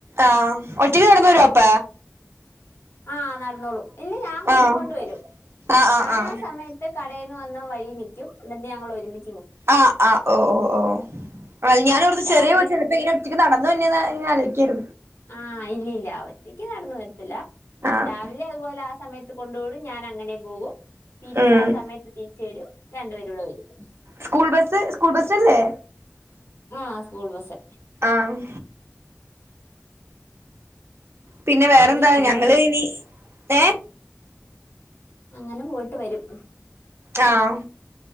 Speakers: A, on the right; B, on the left.
A: ആഹ ഒറ്റക്ക് കടന്ന വരു പ്പ
B: ആഹ നടന്നോളും ഇല്ല ഞാൻ കൂട്ടിക്കൊണ്ട്
A: ആഹ്
B: വരും
A: ആഹ് ആഹ്
B: ഞാൻ
A: ആഹ്
B: ആ സമയത്ത് കടയിൽ വന്ന വഴിയി നിൽക്കും എന്നിട്ട് ഞങ്ങൾ ഒരുമി
A: ആ ആ ഓ ഓ ഓ അ ഞാൻ
B: അങ്ങനെ
A: ഓർത്തു
B: രാവിലെ
A: ചെറിയ കൊച്ചല്ലേ ഇപ്പൊ എങ്ങനെ ഒറ്റക്ക് നടന്നു വരുന്നങ്ങനെ ആലോയിക്ക ക്കും
B: ആ ഇല്ലല്ല ഒറ്റയ്ക്ക് നടന്ന വരത്തില്ല ഞൻ
A: ആഹ്
B: രാവിലെ അതുപോലെ ആ സമയത്ത് കൊണ്ട് വിടുംഞാൻ അങ്ങനെ പോവും തിരിച്ച്
A: ഉം
B: ആ സമയത്ത് തിരിച്ച് വരും രണ്ടുപേരൂടെ വരും
A: സ്കൂൾ ബസ് സ്കൂൾ ബസ്സല്ലേ
B: ആ സ്കൂൾ ബസ്സ്
A: ആഹ് പിന്നെ വേറന്താ
B: പോയി അങ്ങനെ
A: ഞങ്ങള്
B: വരും
A: ഇനി ഏ
B: അങ്ങനെ പോയിട്ട് വരും
A: ആഹ്